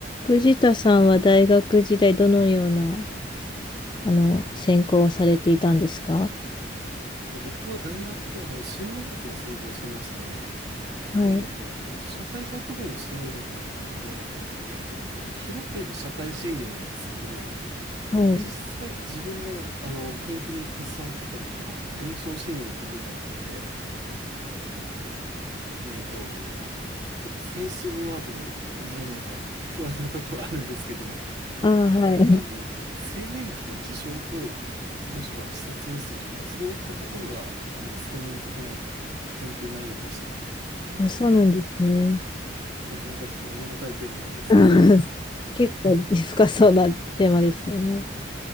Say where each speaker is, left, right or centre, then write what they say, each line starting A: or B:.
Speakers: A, on the left; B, on the right.
A: 藤田さんは大学時代どのような、あの、専攻をされていたんですか
B: で、僕は大学であの心理学を専攻してまして、
A: はい。
B: えっと、社会学部の心理学だったんで、えっと、広く言えば社会心理なんですけど、
A: はい。
B: 実際自分があの研究に携わってたのは臨床心理の部類だったんで、えっと、ちょっとセンシティブワードにならないか不安なとこはあるんですけど、
A: ああ、はい。
B: あの、青年期の自傷行為、もしくは自殺未遂とか、そういったところが、あの、専門的な研究内容でした。
A: あ、そうなんですね。
B: なかなかちょっと重たいテーマなんですけど。
A: うん <laughs> 結構深そうなテーマですよね。